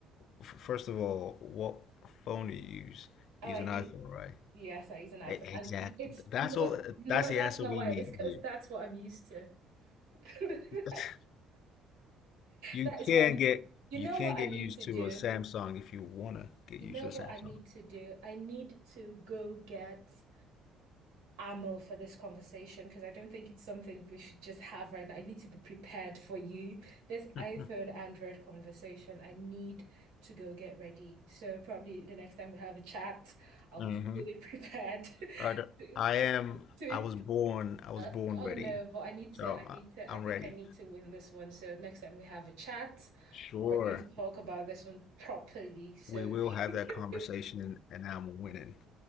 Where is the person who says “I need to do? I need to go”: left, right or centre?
Right